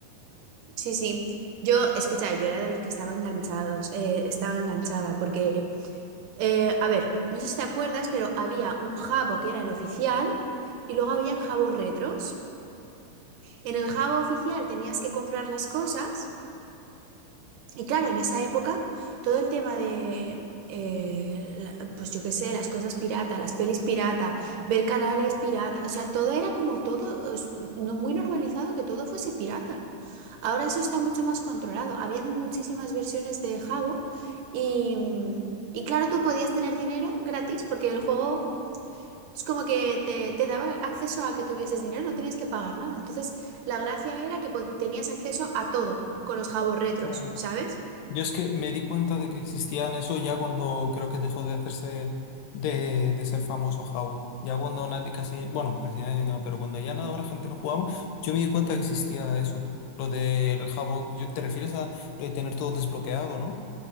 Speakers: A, on the right; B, on the left.
A: Sí, sí. Yo, escucha, yo era de los que estaba enganchados, eh, estaba enganchada, porque, eh, a ver, no sé si te acuerdas, pero había un Jabo que era el oficial y luego habían Jabos retros. En el Jabo oficial tenías que comprar las cosas. Y claro, en esa época, todo el tema de, eh, la- pues yo qué sé, las cosas pirata, las pelis pirata, ver canales pirata, o sea, todo era como todo, es, no muy normalizado que todo fuese pirata. Ahora eso está mucho más controlado. Habían muchísimas versiones de Jabo y, mm, y claro, tú podías tener dinero gratis porque el juego es como que te, te daba acceso a que tuvieses dinero, no tenías que pagar nada. Entonces, la gracia era que po- tenías acceso a todo con los Jabos retros,
B: Mm.
A: ¿sabes?
B: Yo es que me di cuenta de que existían eso ya cuando creo que dejó de hacerse de, de ser famoso Jabo. Ya cuando nadie casi, bueno, casi nadie no, pero cuando ya no, la gente no jugaba, yo me di cuenta que existía eso. Lo del Jabo, yo, ¿te refieres a lo de tener todo desbloqueado, no?